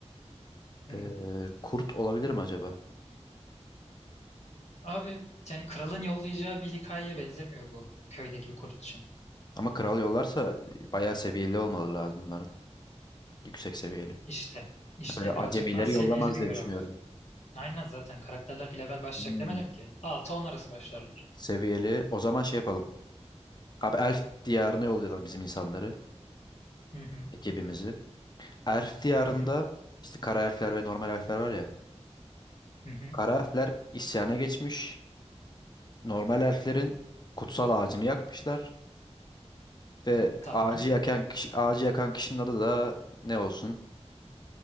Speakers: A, on the left (about 75°); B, on the left (about 40°).
A: Hı.
B: Ee, kurt olabilir mi acaba?
A: Abi yani kralın yollayacağı bir hikayeye benzemiyor bu. Köydeki bir kurt için.
B: Ama kral yollarsa e, bayağı seviyeli olmalı lazım bunların. Yüksek seviyeli.
A: İşte. İşte
B: Böyle acemileri
A: birazcık daha seviyeli
B: yollamaz
A: bir
B: diye
A: görev.
B: düşünüyorum.
A: Aynen zaten karakterler bir level başlayacak
B: Hmm,
A: demedim ki. Altı-on arası başlarlar.
B: Seviyeli. O zaman şey yapalım. Abi Elf diyarına yollayalım bizim insanları.
A: Hı hı.
B: Ekibimizi. Elf diyarında
A: Hı hı.
B: işte kara elfler ve normal elfler var ya.
A: Hı hı.
B: Kara elfler isyana geçmiş. Normal elflerin kutsal ağacını yakmışlar. Ve
A: Tamam.
B: ağacı yakan kişi, ağacı yakan kişinin adı da ne olsun?